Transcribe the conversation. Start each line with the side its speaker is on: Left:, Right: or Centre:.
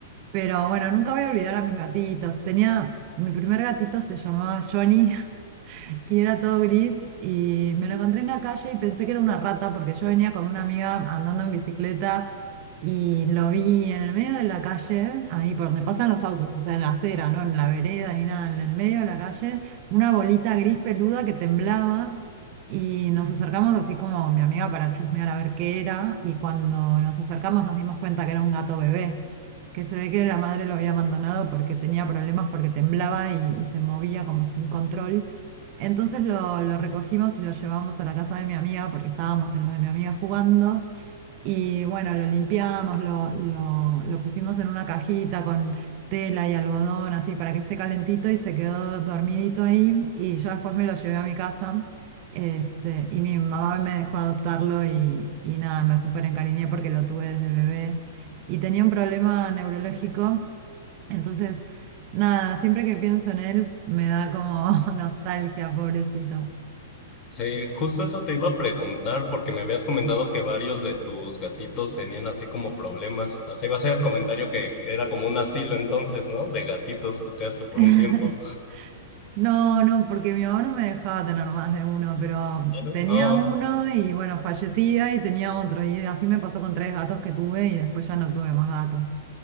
Right: Pero bueno, nunca voy a olvidar a mis gatitos. Tenía, mi primer gatito se llamaba Johnny y era todo gris y me lo encontré en la calle y pensé que era una rata porque yo venía con una amiga andando en bicicleta y lo vi en el medio de la calle, ahí por donde pasan los autos, o sea, en la acera, no en la vereda ni nada, en el medio de la calle, una bolita gris peluda que temblaba y nos acercamos así como mi amiga para chusmear a ver qué era y cuando nos acercamos nos dimos cuenta que era un gato bebé. que se ve que la madre lo había abandonado porque tenía problemas, porque temblaba y y se movía como sin control. Entonces lo, lo recogimos y lo llevamos a la casa de mi amiga porque estábamos en lo de mi amiga jugando y bueno, lo limpiamos, lo, lo, lo pusimos en una cajita con tela y algodón, así para que esté calentito y se quedó dormidito ahí. Y yo después me lo llevé a mi casa. Este, y mi mamá me dejó adoptarlo y, y nada, me súper encariñé porque lo tuve desde bebé. Y tenía un problema neurológico. Entonces, nada, siempre que pienso en él me da como <laughs> nostalgia, pobrecito.
Left: Sí, justo eso te iba a preguntar porque me habías comentado que varios de tus gatitos tenían así como problemas. Así va a ser el comentario que era como un asilo entonces, ¿no? De gatitos tu casa por
Right: <laughs>
Left: un tiempo.
Right: No, no, porque mi mamá no me dejaba tener más de uno, pero
Left: ¿sabe?
Right: tenía
Left: Oh,
Right: uno y bueno, fallecía y tenía otro. Y así me pasó con tres gatos que tuve y después ya no tuve más gatos.